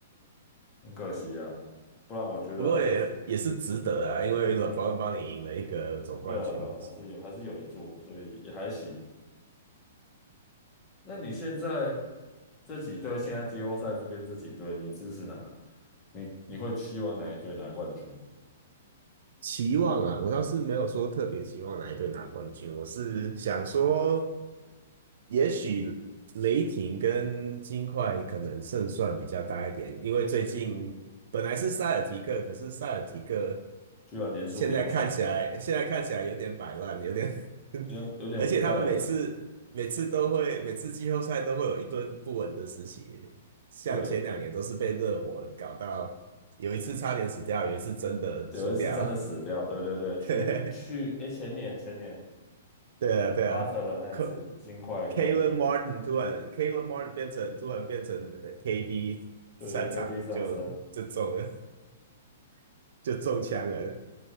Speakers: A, on the left; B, on the right.
A: 很可惜呀、不然我觉得那是，
B: 不过也也是值得啊，因为老 e b 帮你赢了一个总冠军。
A: 哦对啊，对啊，还是有，还是有一座，所以也还行。那你现在这几队，现在季后赛这边这几队，你支持哪？你你会期望哪一队拿冠军？
B: 期望啊，我倒是没有说特别期望哪一队拿冠军，我是想说也许雷霆跟金块可能胜算比较大一点，因为最近本来是塞尔提克，可是塞尔提克
A: 居然连输两场，
B: 现在看起来现在看起来有点摆烂，有点，
A: 有点有点不太稳。
B: <laughs> 而且他们每次每次都会每次季后赛都会有一顿不稳的实习，像前两年都是被热火搞到，
A: 对，
B: 有一次差点死掉，有一次真的输掉。
A: 有一次真的死掉，对对对，
B: <laughs>
A: 去去，
B: 对
A: 哎，前年前年
B: 啊，对啊，
A: 巴特勒那一次金块冠军，
B: 可。Caleb Martin 突然，Caleb Martin 变成突然变成呃 KD
A: 对对，KD
B: 三场就就中了
A: 上升，
B: <laughs>，就中枪了。